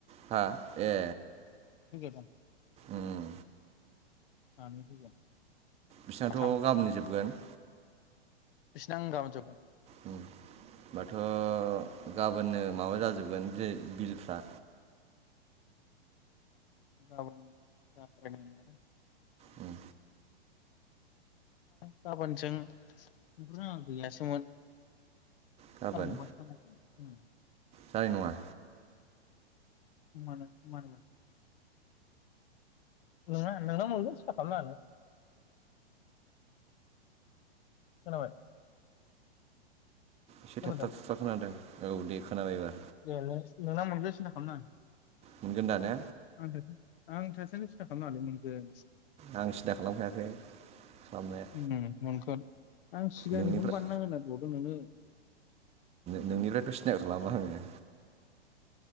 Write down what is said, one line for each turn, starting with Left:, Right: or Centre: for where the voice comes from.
Right: हा ए
Left: <unintelligible>
Right: ओम
Left: सानै फैगोन
Right: बिसिनाथ'
Left: साथाम
Right: गाबोननो जोबगोन
Left: इसना ओं गाबोन जोबगोन
Right: होमबाथ' गाबोननो माबा जाजोबगोन बे बिलफ्रा‌।
Left: गाबोन <unintelligible>
Right: उम
Left: गाबोनजों <unintelligible> गैयासोमोन।
Right: गाबोन
Left: ओं <unintelligible> उम
Right: जानाय नङा।
Left: मानो मानोमोन? नोंङा नोंना मोनगोन सिनथा खालामनाङा नों। खोनाबाय
Right: एसे
Left: खोनादों
Right: थाबथा थुबथा खोनादों। औ दे खोनाबायबा
Left: ए <unintelligible> मोनगोन सिन्था खालामनाङा।
Right: मोनगोन दा ने
Left: आं थाइसे आं थासान्दियाव सिन्था खालामनाङा लै मोनगोन
Right: आं सिन्था खालामखायाखै खालामनाया
Left: उम मोनगोन आं सिगांनिखौनो
Right: नोंनिफ्राय
Left: बानायना होनो बावदों नोंनो
Right: नोंनिफ्रायथ' सिन्था खालामा आङो।